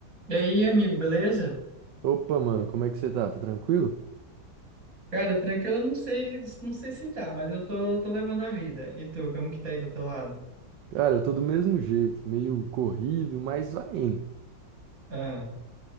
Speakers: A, on the right (about 45°); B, on the right (about 75°).
A: E aí, amigo, beleza?
B: Opa, mano, como é que você tá? Tá tranquilo?
A: Cara, tranquilo, eu não sei, não sei se tá, mas eu tô, tô levando a vida. E tu, como que tá aí do teu lado?
B: Cara, eu tô do mesmo jeito, meio corrido, mas vai indo.
A: Ah,